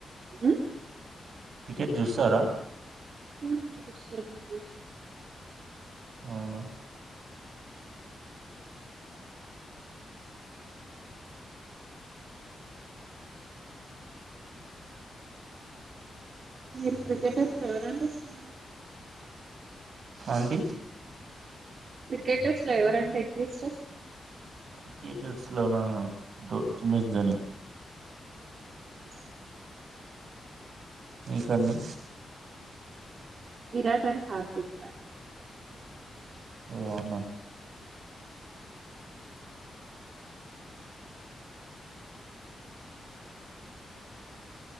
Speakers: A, on the right; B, on the right.
A: ఉహ్
B: క్రికెట్ చూస్తారా
A: ఉహ్ చూస్తానండి
B: అవునా
A: మీరు క్రికెట్ ఎవరు అంటే ఇష్టం
B: ఆంటీ
A: క్రికెటర్స్ లో ఎవరంటే ఎక్కువ ఇష్టం
B: క్రికెటర్స్ లో నా ఎంఎస్ ధోని
A: <unintelligible>
B: మీకు అండి
A: విరాట్ అండ్ హార్ద్యిక్ పాండే
B: ఓ అమ్మా